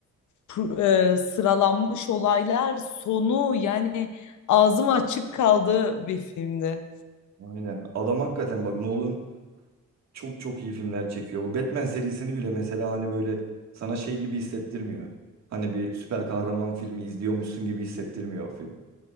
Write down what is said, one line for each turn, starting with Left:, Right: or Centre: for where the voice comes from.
Left: pr- e, sıralanmış olaylar sonu yani ağzım açık kaldı bir filmdi.
Right: Aynen. Adam hakikaten bak Nolan çok çok iyi filmler çekiyor. Bu Batman serisini bile mesela hani böyle sana şey gibi hissettirmiyor. Hani bir süper kahraman filmi izliyormuşsun gibi hissettirmiyor o film.